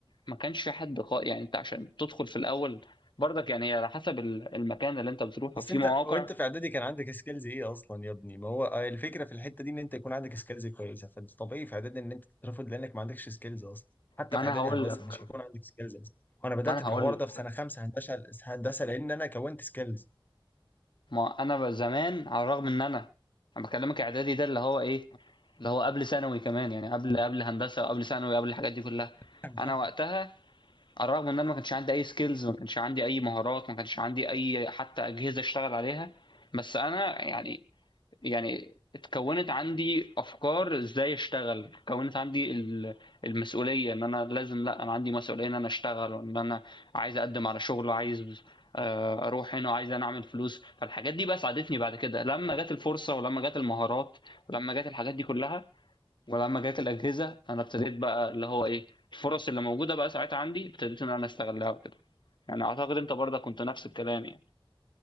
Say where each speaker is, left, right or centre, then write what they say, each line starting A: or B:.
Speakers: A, on the left; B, on the left.
A: ما كانش في حد خا... يعني انت عشان تدخل في الاول برضك يعني هي على حسب ال- المكان اللي انت بتروحه
B: بس
A: في
B: انت
A: مواقع
B: هو انت في اعدادي كان عندك سكيلز ايه اصلا يا ابني ما هو آه، الفكره في الحته دي ان انت يكون عندك سكيلز كويسه فانت طبيعي في اعدادي ان انت تترفض لانك ما عندكش سكيلز اصلا حتى
A: ما
B: في
A: انا
B: اعدادي
A: هقول
B: هندسه
A: لك
B: مش هيكون عندك سكيلز اصلا وانا بدات
A: ما انا
B: في
A: هقول
B: الحوار
A: لك
B: ده في سنه خمسه هندسه هندسه لان انا كونت سكيلز
A: ما انا بقى زمان على الرغم ان انا انا بكلمك اعدادي ده اللي هو ايه اللي هو قبل ثانوي كمان يعني قبل قبل هندسه وقبل ثانوي قبل الحاجات دي كلها
B: <laughs> فاهم
A: انا
B: فاهم.
A: وقتها على الرغم ان انا ما كانش عندي اي سكيلز ما كانش عندي اي مهارات ما كانش عندي اي حتى اجهزه اشتغل عليها بس انا يعني يعني اتكونت عندي افكار ازاي اشتغل اتكونت عندي ال- المسؤوليه ان انا لازم لا انا عندي مسؤوليه ان انا اشتغل وان انا عايز اقدم على شغل وعايز آه، اروح هنا وعايز انا اعمل فلوس فالحاجات دي بقى ساعدتني بعد كده لما جت الفرصه ولما جت المهارات ولما جت الحاجات دي كلها ولما جت الاجهزه انا ابتديت بقى اللي هو ايه الفرص اللي موجوده بقى ساعتها عندي ابتديت ان انا استغلها وكده يعني اعتقد انت برضه كنت نفس الكلام يعني